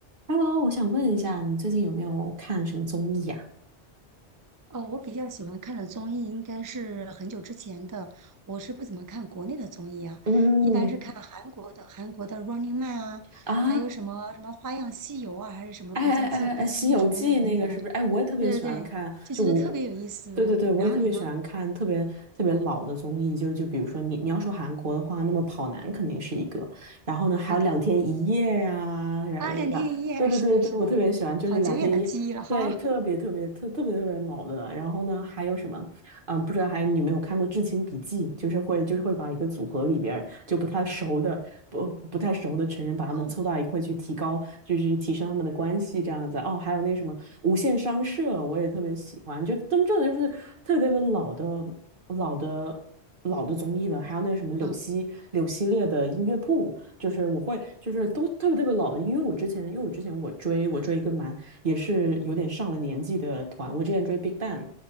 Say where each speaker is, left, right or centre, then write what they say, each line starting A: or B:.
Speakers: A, on the right (about 50°); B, on the right (about 35°).
A: Hello，我想问一下，你最近有没有看什么综艺呀、
B: 哦，我比较喜欢看的综艺应该是很久之前的，我是不怎么看国内的综艺啊，
A: 嗯，
B: 一般是看韩国的，韩国的《Running Man》啊，
A: 啊？
B: 还有什么什么《花样西游》啊，还是什么，
A: 哎哎哎哎，
B: 我已经记得不清楚那个名字了。
A: 《西游记》那个是不是？哎，我也特别喜欢看，
B: 对对对，就觉得特别有意思。
A: 就我，对对对，我也特别喜欢看特别特别老的综艺，
B: 然后你呢？
A: 就就比如说你你要说韩国的话，那么《跑男》肯定是一个，然后呢还有《两天一夜》呀，
B: 对的，
A: 然然然，
B: 《八十天一夜》<laughs>
A: 对对对对，
B: 是的，是的，
A: 我特别喜欢，就是《两天一夜》，
B: 好久远的记忆了哈。
A: 对，
B: <laughs>
A: 特别特别特特别特别老的，然后呢还有什么？嗯，不知道还你有没有看过《至亲笔记》，就是会就是会把一个组合里边儿就不太熟的不不太熟的成员，把他们凑到一块去提高，
B: 哦，
A: 就是提升他们的关系这样子。哦，还有那个什么《无限商社》，我也特别喜欢，就真正的就是特别特别老的老的。老的综艺了，还有那个什么柳溪柳溪列的音乐铺，
B: 嗯，
A: 就是我会，就是都特别特别老的，因为我之前，因为我之前我追我追一个蛮也是有点上了年纪的团，我之前追 Big Bang，